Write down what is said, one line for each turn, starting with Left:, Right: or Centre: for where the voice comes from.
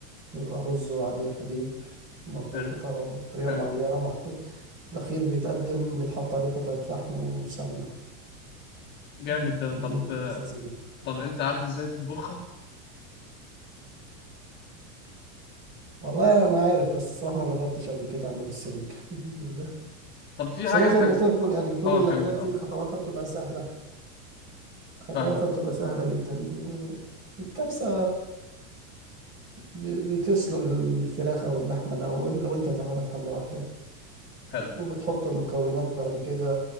Right: بيبقى رز وعليه حليب مطبوخ
Left: حلو
Right: بطر- بطريقة
Left: حلو
Right: معينة محط... الأخير بيتقدم بيتحط عليه قطعة لحم وسمنة
Left: جامد
Right: مم،
Left: ده
Right: دي
Left: طب
Right: لذيذة جدا
Left: طب أنت عارف إزاي تطبخها
Right: والله أنا عارف بس الصراحة ما جربتش قبل كده أعمل السليق <laughs>
Left: طب في
Right: بس
Left: حاجة
Right: هو زي
Left: أنت
Right: ما قلت لك كل يعني كل
Left: آه
Right: الأكلات
Left: كمل
Right: دي
Left: آه
Right: خطواتها بتبقى سهلة خطواتها
Left: فاهمك
Right: بتبقى سهلة جدا الكبسة ب- بتسلق الفراخ أو اللحمة الأول لو أنت هتعملها في حلة واحدة
Left: حلو
Right: وبتحط المكونات بعد كده